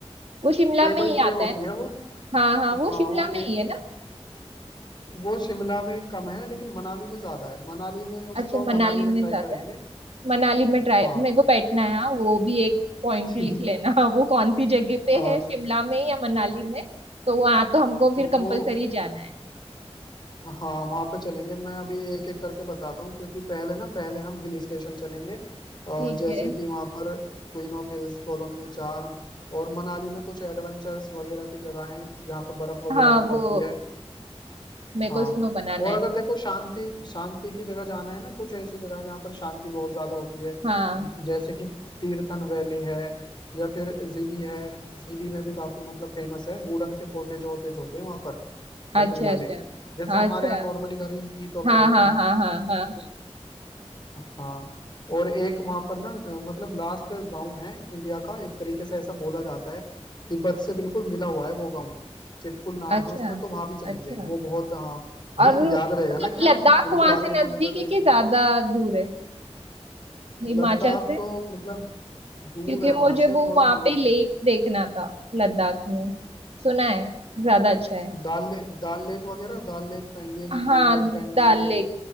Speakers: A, on the right; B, on the left.
A: वो शिमला
B: केबल
A: में ही
B: ट्रे
A: आता
B: होती
A: है ना
B: है वो
A: हाँ हाँ वो
B: हाँ
A: शिमला
B: वो
A: में
B: के,
A: ही है ना
B: वो शिमला में कम है लेकिन मनाली में ज्यादा है मनाली में उसको
A: अच्छा मनाली
B: मनाली
A: में
B: में ट्राई
A: ज्यादा
B: करेंगे
A: है मनाली में
B: हाँ
A: ट्राई मेरे को बैठना है हाँ वो भी एक पॉइंट
B: <laughs>
A: लिख लेना <laughs> वो कौन सी जगह पे
B: हाँ
A: है शिमला में या मनाली में तो वहां तो हमको फिर
B: वो
A: कंपलसरी जाना है
B: हाँ वहाँ पे चलेंगे मैं अभी एक एक करके बताता हूँ क्योंकि पहले ना पहले हम हिल स्टेशन चलेंगे अ,
A: ठीक
B: जैसे
A: है
B: कि वहाँ पर queen of hills colonial charm और मनाली में कुछ एडवेंचर्स वगैरह की जगहें हैं जहाँ पर बर्फ वगैरह
A: हाँ
B: भी
A: वो
B: पड़ती है
A: मेरे को
B: हाँ
A: स्नो बनाना
B: और
A: है
B: अगर देखो शांति शांति की जगह जाना है ना कुछ ऐसी जगह है जहाँ पर शांति बहुत ज्यादा होती है
A: हाँ
B: ज- जैसे कि तीर्थन वैली है या फिर जीबी है जीबी में भी काफी मतलब फेमस है वुडन के कोटेज वोटेज होते हैं वहां पर लकड़ी
A: अच्छा
B: वाले
A: अच्छा
B: जैसे हमारे
A: अच्छा
B: यहाँ नॉर्मली घर ही- ईंटों के
A: हाँ
B: होते
A: हाँ
B: हैं
A: हाँ हाँ हाँ हाँ
B: हाँ और एक वहां पर ना अ, मतलब लास्ट गांव है इंडिया का एक तरीके से ऐसा बोला जाता है तिब्बत से बिल्कुल मिला हुआ है वो गांव चिटकुल नाम
A: अच्छा
B: है उसका तो वहां भी चलेंगे
A: अच्छा
B: वो बहुत हाँ भाई
A: और
B: याद
A: मतलब
B: रहेगा ना कि हम
A: लद्दाख
B: बिल्कुल
A: वहां
B: आखिरी
A: से
B: कोने
A: नजदीक
B: पर गए
A: है कि ज्यादा दूर है हिमाचल
B: लद्दाख
A: से
B: तो मतलब दूर
A: क्योंकि
B: है वहां
A: मुझे
B: से
A: वो
B: थोड़ा
A: वहां
B: दूर
A: पे लेक देखना था लद्दाख में सुना है ज्यादा अच्छा है
B: दाल लेक दाल लेक वगैरह दाल लेक पे- ये
A: हाँ
B: ये जो है पेंगोंग
A: डल
B: लेक
A: लेक